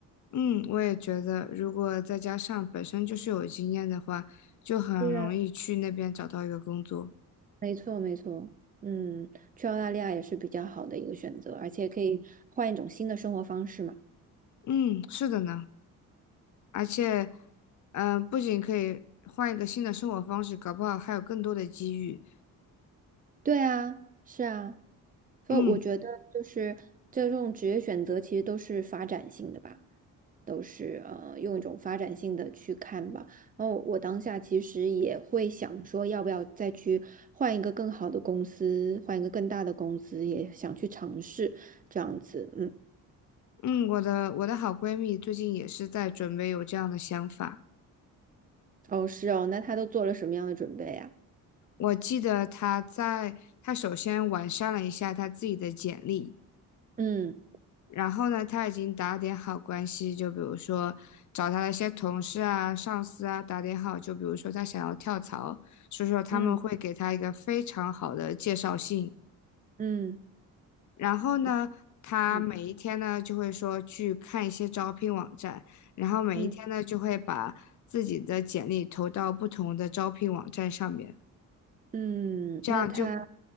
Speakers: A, on the left; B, on the right.
A: 嗯，我也觉得，如果再加上本身就是有经验的话，就很容易去那边找到一个工作。
B: 对啊，没错，没错。嗯，去澳大利亚也是比较好的一个选择，而且可以换一种新的生活方式嘛。
A: 嗯，是的呢，而且，呃，不仅可以换一个新的生活方式，搞不好还有更多的机遇。
B: 对啊，是啊，所以我觉得就是这种职业选择其实都是发展性的吧，
A: 嗯
B: 都是呃用一种发展性的去看吧。然后我当下其实也会想说，要不要再去换一个更好的公司，换一个更大的公司，也想去尝试这样子。嗯，
A: 嗯，我的我的好闺蜜最近也是在准备有这样的想法。
B: 哦，是哦，那他都做了什么样的准备啊？
A: 我记得他在他首先完善了一下他自己的简历，
B: 嗯
A: 然后呢，他已经打点好关系，就比如说找他的一些同事啊、上司啊打点好，就比如说他想要跳槽，所以说他们会给他一个非常好的介绍信。
B: 嗯嗯，
A: 然后呢，
B: 那
A: 他每一天呢就会说去看一些招聘网站，
B: 嗯
A: 然后每一天呢就会把自己的简历投到不同的招聘网站上面，
B: 嗯嗯，嗯那他
A: 这样就